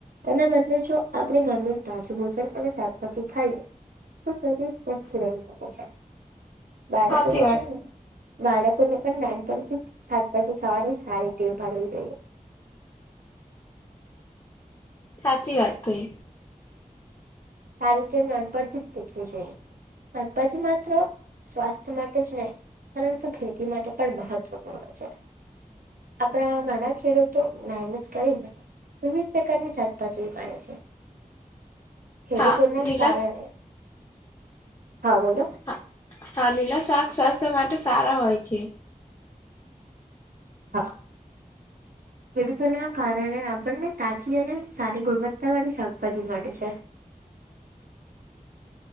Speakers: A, on the right; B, on the left.
A: તેના બદલે જો આપણે ઘરનું તાજું ભોજન અને શાકભાજી ખાઈએ. તો શરીર સ્વસ્થ રહી શકે છે. બાળકોને
B: સાચી વાત
A: પણ બાળકોને પણ નાનપણથી જ શાકભાજી ખાવાની સારી ટેવ પાડવી જોઈએ.
B: સાચી વાત કહી.
A: સારી ટેવ નાનપણથી જ શીખવી જોઈએ. શાકબાજી માત્ર સ્વાસ્થ્ય માટે જ નહી. પરંતુ ખેતી માટે પણ મહત્વપૂર્ણ છે. આપણા ઘણા ખેડૂતો મહેનત કરીને વિવિધ પ્રકારની શાકભાજી ઉગાડે છે. ખેડૂતોના
B: હા લીલા
A: કારણે
B: શા
A: હા બોલો.
B: હા હા લીલા શાક સ્વાસ્થ્ય માટે સારા હોય છે.
A: હા ખેડૂતોના કારણે આપણને તાજગી અને સારી ગુણવત્તા વાળી શાકભાજી છે.